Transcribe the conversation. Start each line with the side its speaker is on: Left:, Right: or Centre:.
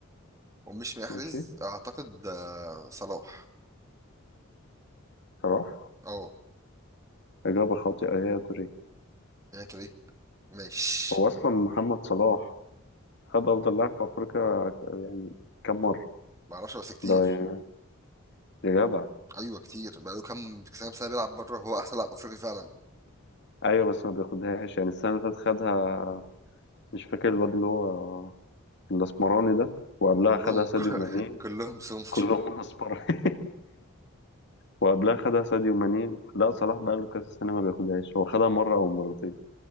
Right: ومش محرز
Left: ماشي
Right: اعتقد آه، صلاح
Left: صلاح
Right: اه
Left: إجابة خاطئة يايا توريه
Right: يعني تري ماشي
Left: هو أصلا محمد صلاح خد أفضل لاعب في أفريقيا كم مرة
Right: معرفش بس كتير
Left: ده يا يا جدع
Right: ايوه كتير بقاله كام كام سنه بيلعب بره هو احسن لاعب افريقي فعلا
Left: أيوة بس ما بياخدهاش يعني السنة اللي فاتت خدها مش فاكر الواد اللي هو الأسمراني ده وقبلها
Right: ما كلهم
Left: خدها ساديو ماني
Right: <laughs> كلهم سمر
Left: كلهم اصفر <laughs> وقبلها خدها ساديو ماني لا صلاح بقاله كذا سنه ما بياخدهاش هو خدها مره او مرتين